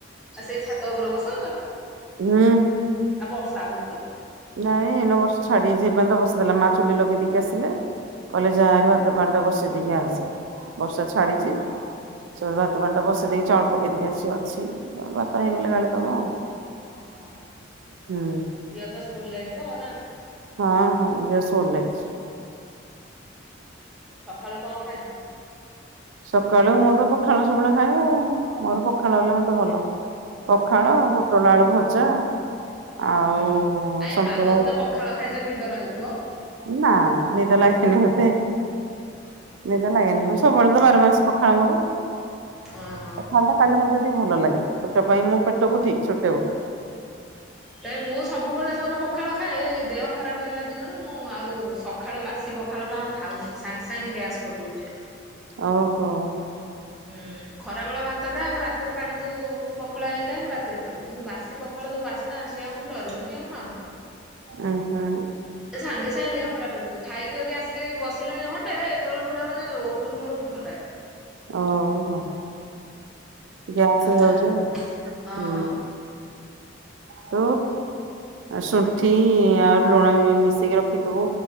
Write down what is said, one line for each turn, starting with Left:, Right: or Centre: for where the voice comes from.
Centre: ଆ ସେଇ ଛାତ ଉପରେ ବସଉଛ?
Right: ହୁଁ।
Centre: ଆ ବର୍ଷା ହଉଛି
Right: ନାଇଁ ଏନେ ବର୍ଶା ଛାଡି ଯାଇଛି ହେଇଥିପାଇଁ ତ ବସେଇଦେଲା ମା ଚୁଲି ଲଗେଇ ଦେଇକି ଆସିଲେ କହିଁଲେ ଯା ହାରି ଭାତ ପାଣି ଟା ବସେଇ ଦେଇକି ଆସେ ବର୍ଷା ଛାଡିଛି। ସେପଟେ ଭାତ ପାଣି ଟା ବସେଇ ଦେଇକି ଚାଉଳ ପକେଇ ଦେଇକି ଆସିକି ଅଛି ଭାତ ହେଇଗଲେ ଗାଳି ଦବ ଆଉ।
Centre: ଓହୋ।
Right: ହୁଁ
Centre: ଆଉ ଝିଅ ତ ସ୍କୁଲ ଯାଇଥିବ ଆଉ ନା?
Right: ହଁ ହଁ ଝିଅ ସ୍କୁଲ ଯାଇଛି।
Centre: ସଖାଳୁ କଣ ଖାଇଥିଲ?
Right: ସକାଳୁ ମୁଁ ତ ପଖାଳ ସବୁବେଳେ ଖାଏ ଆଉ ମୋର ପଖାଳ ହେଲେ ମତେ ଭଲ। ପଖାଳ
Centre: ହଁ
Right: ପୋଟଳ ଆଳୁ ଭଜା ଆଉ
Centre: ହୁଁ ଆ
Right: ସନ୍ତୁଳା
Centre: ଏ ପାଗକୁ ତ ପଖାଳ ଖାଇଛ ନିଦ ନାଗୁଥିବ।
Right: ନା ନିଦ ଲାଗେନି ମତେ।
Centre: ହଁ
Right: ନିଦ ଲାଗେନି ମୁ ସବୁବେଳେ ବାର ମାସି ପଖାଳ ମୋର
Centre: ଓହୋ
Right: ପଖାଳ ଟା ଖାଇଲେ ମତେ ଟିକେ ଭଲ ଲାଗେ। ପେଟ ପାଇଁ ମୁଁ ପେଟକୁ ଠିକ ସୁଇଟେବୁଲ୍।
Centre: ନାଇ ମୁଁ ସବୁବେଳେ ମୋର ପଖାଳ ଖାଏ ଏଇ ଦେହ ଖରାପ ହେଲା ଦିନରୁ ମୁଁ ଆଉ ସକାଳ ବାସି ପଖାଳ ଟା ଆଉ ଖାଉନି ସାଙ୍ଗେ ସାଙ୍ଗେ ଗ୍ୟାସ୍ କରିଦେଉଚି।
Right: ଓହୋ
Centre: ହୁଁ ଖରାବେଳ ଭାତଟା ଆମ ରାତିରେ ପାଣି ଯେଉଁ ପଖଳା ହେଇଥାଏ ମୁଁ ରାତିରେ ଖାଉଛି କିନ୍ତୁ ବାସି ପଖାଳ ଯେଉଁ ବାସି ନା ସେ ଆଉ ମୁଁ ଡରିକିବି ଆଉ ଖାଉନି।
Right: ଉ ହୁଁ।
Centre: ଏ ସାଙ୍ଗେ ସାଙ୍ଗେ ଦେହ ଖରାପ ହେଉଛି। ଖାଇକି ଯଦି ଆସିକି ଏଇ ବସିଲିଣି ଘଣ୍ଟେ ଏତେବେଳେ ପୁରା ମାନେ ଉପକୁ ମୋର ଉଠ ଠଣ୍ଡାରେ
Right: ଓ ହୋ। ଗ୍ୟାସ
Centre: ଆଉ
Right: ହେଇଯାଉଛି
Centre: ଯାଉନି।
Right: ହୁଁ।
Centre: ହଁ
Right: ତ ଶୁଣ୍ଠି ଆଉ ଲୁଣ ମିଶେଇକି ରଖିଥିବୁ